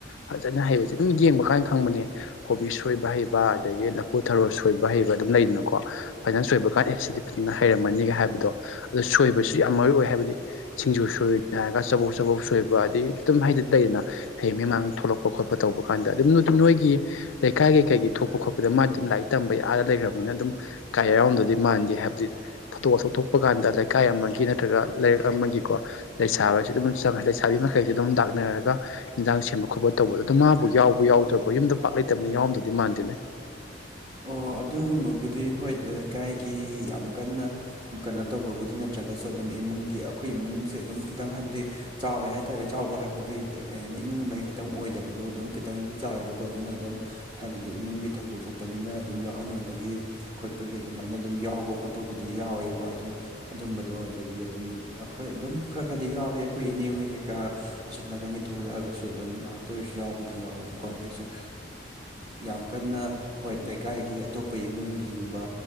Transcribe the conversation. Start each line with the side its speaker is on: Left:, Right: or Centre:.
Left: ꯐꯖꯅ ꯍꯩꯕꯁꯦ ꯑꯗꯨꯝ ꯌꯦꯡꯕ ꯀꯥꯟ ꯈꯪꯕꯅꯦ ꯀꯣꯕꯤꯁꯨ ꯁꯣꯏꯕ ꯍꯩꯕ ꯑꯗꯒꯤ ꯂꯐꯨ ꯊꯔꯣ ꯁꯣꯏꯕ ꯍꯩꯕ ꯑꯗꯨꯝ ꯂꯩꯗꯅꯀꯣ ꯐꯖꯅ ꯁꯣꯏꯕ ꯀꯥꯟꯗ ꯐꯖꯅ ꯍꯩꯔꯝꯃꯅꯤꯒ ꯍꯥꯏꯕꯗꯣ ꯑꯗꯨ ꯁꯣꯏꯕꯕꯁꯤ ꯌꯥꯝ ꯃꯔꯨ ꯑꯣꯏ ꯍꯥꯏꯕꯗꯤ ꯁꯤꯡꯖꯨ ꯁꯣꯏꯅ ꯍꯥꯏꯔꯒ ꯆꯕꯧ ꯆꯕꯧ ꯁꯣꯏꯕ ꯑꯩ ꯑꯗꯨꯝ ꯍꯥꯏꯗꯤ ꯂꯩꯗꯅ ꯍꯌꯦꯡ ꯃꯃꯥꯡ ꯊꯣꯛꯂꯛꯄ ꯈꯣꯠꯄ ꯇꯧꯕ ꯀꯥꯟꯗ ꯑꯗꯨꯝ ꯅꯣꯏꯒꯤ ꯂꯩꯀꯥꯏꯒꯤ ꯀꯩꯒꯤ ꯊꯣꯛꯄ ꯈꯣꯠꯄꯗ ꯃꯥꯗꯤ ꯑꯗꯨꯝ ꯂꯥꯏꯔꯤꯛ ꯇꯝꯕ ꯌꯥꯗ ꯂꯩꯈ꯭ꯔꯕꯅꯤꯅ ꯑꯗꯨꯝ ꯀꯥꯏ ꯌꯥꯔꯥꯎꯝꯗꯗꯤ ꯃꯥꯟꯗꯦ ꯍꯥꯏꯕꯗꯤ ꯊꯥꯗꯣꯛ ꯑꯁꯣꯛ ꯊꯣꯛꯄ ꯀꯥꯟꯗꯥ ꯏꯀꯥꯏ ꯑꯃꯒꯤ ꯅꯠꯇ꯭ꯔꯒ ꯂꯩꯥꯏꯔꯤꯛ ꯑꯃꯒꯤꯀꯣ ꯂꯩꯁꯥꯕꯤꯁꯤ ꯑꯗꯨꯝ ꯆꯪꯉꯦ ꯂꯩꯁꯥꯕꯤ ꯃꯈꯩꯁꯨ ꯑꯗꯨꯝ ꯗꯥꯛꯅꯔꯒ ꯌꯦꯟꯖꯥꯡ ꯁꯦꯝꯕ ꯈꯣꯠꯄ ꯇꯧꯕꯗꯣ ꯑꯗꯨꯣ ꯃꯥꯕꯨ ꯌꯥꯎꯕ ꯌꯥꯎꯗ꯭ꯔꯕ ꯌꯨꯝꯗ ꯄꯥꯛ ꯂꯩꯇꯕꯅ ꯌꯥꯎꯔꯝꯗꯨꯗꯤ ꯃꯥꯟꯗꯦꯅꯦ
Right: ꯑꯣ ꯑꯗꯨꯒꯨꯝꯕꯕꯨꯗꯤ ꯍꯣꯏ ꯂꯩꯀꯥꯏꯒꯤ ꯌꯥꯝ ꯀꯟꯅ ꯀꯩꯅꯣ ꯇꯧꯕꯕꯨꯗꯤ ꯅꯠꯇ꯭ꯔꯒꯁꯨ ꯑꯗꯨꯝ ꯏꯃꯨꯡꯒꯤ ꯑꯩꯈꯣꯏ ꯏꯃꯨꯡꯁꯦ ꯑꯗꯨꯝ ꯈꯤꯇꯪ ꯍꯥꯏꯕꯗꯤ ꯆꯥꯎꯋꯦ ꯍꯥꯏꯇꯥꯔꯦ ꯆꯥꯎꯕ ꯍꯥꯏꯕꯗꯤ ꯀꯩ ꯍꯥꯏꯅꯤ ꯏꯃꯨꯡ ꯃꯅꯨꯡ ꯈꯛꯇꯪ ꯑꯣꯏꯗꯕꯗꯣ ꯑꯗꯨꯝ ꯈꯤꯇꯪꯗꯤ ꯆꯥꯎꯋꯦꯕꯀꯣ ꯑꯗꯨꯅ ꯑꯗꯨꯝ ꯍꯥꯏꯕꯗꯤ ꯏꯃꯨꯡꯒꯤ ꯊꯧꯗꯣꯛ ꯊꯣꯛꯄ ꯀꯄꯅꯤꯅ ꯑꯗꯨꯝ ꯌꯥꯎꯍꯟꯅꯤꯡꯕꯒꯤ ꯈꯣꯠꯄꯒꯤ ꯑꯗꯨꯃꯥꯏꯅ ꯑꯗꯨꯝ ꯌꯥꯎꯕ ꯈꯣꯠꯄꯕꯨꯗꯤ ꯌꯥꯎꯋꯦꯕꯀꯣ ꯑꯗꯨꯝ ꯑꯗꯨꯝꯕꯗꯣ ꯑꯗꯒꯤ ꯑꯗꯨꯝ ꯍꯣꯏ ꯑꯗꯨꯝ ꯈꯔ ꯈꯔꯗꯤ ꯌꯥꯎꯋꯤ ꯑꯩꯈꯣꯏ ꯏꯅꯦ ꯍꯣꯏ ꯀꯩꯀꯥ ꯑꯁꯣꯝ ꯅꯥꯀꯟꯒꯤ ꯊꯣꯛꯂꯛꯑꯒꯁꯨ ꯑꯗꯨꯝ ꯉꯥꯏꯍꯥꯛꯇ ꯑꯣꯏꯔꯁꯨ ꯌꯥꯎꯕꯗꯤ ꯌꯥꯎꯋꯦꯕꯀꯣ ꯑꯗꯨꯑꫭꯏꯁꯨ ꯌꯥꯝ ꯀꯟꯅ ꯍꯣꯏ ꯂꯩꯀꯥꯏꯒꯤ ꯑꯇꯣꯞꯄ ꯏꯃꯨꯡꯒꯤꯒꯨꯝꯕ